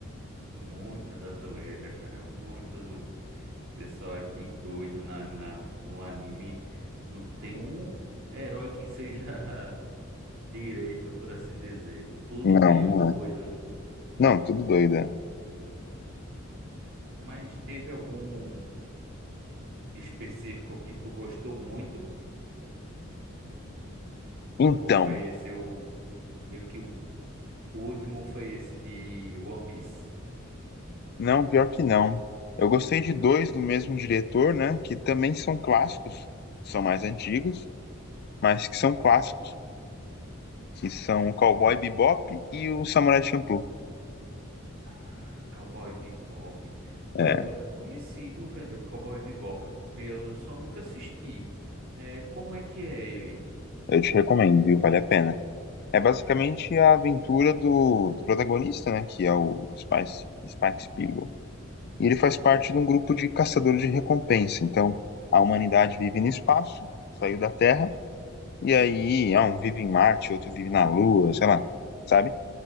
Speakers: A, on the right; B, on the left.
A: Muita da zoeira, cara. Muito zoeira. O pessoal é bem doido na, na, no anime. Não tem um herói que seja <laughs> direito, por assim dizer. Tudo
B: Não,
A: meio
B: não
A: doido.
B: é. Não, tudo doido. é.
A: Mas teve algum específico que tu gostou muito?
B: Então,
A: Ou foi esse o meio que o, o último foi esse de One Piece?
B: Não, pior que não. Eu gostei de dois do mesmo diretor, né? Que também são clássicos, são mais antigos, mas que são clássicos, que são o Cowboy Bebop e o Samurai Champloo.
A: Ah, Cowboy Bebop. Pô,
B: É,
A: é muito conhecido, velho, Cowboy Bebop. Eu eu só nunca assisti. É, como é que é ele?
B: eu te recomendo, viu? Vale a pena. É basicamente a aventura do, do protagonista, né? Que é o Spice, Spike Spiegel. E ele faz parte de um grupo de caçadores de recompensa. Então, a humanidade vive no espaço, saiu da Terra, e aí, ah, um vive em Marte, outro vive na Lua, sei lá. sabe?